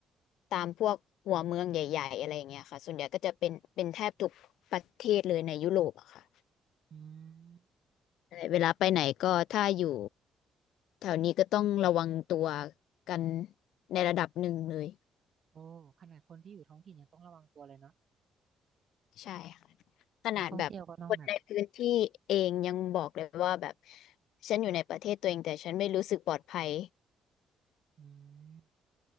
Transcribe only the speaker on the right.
อืม
โอ้ขนาดคนที่อยู่ท้องถิ่นยังต้องระวังตัวเลยเนาะ
นักท่องเที่ยวก็ต้องแบบ
อืม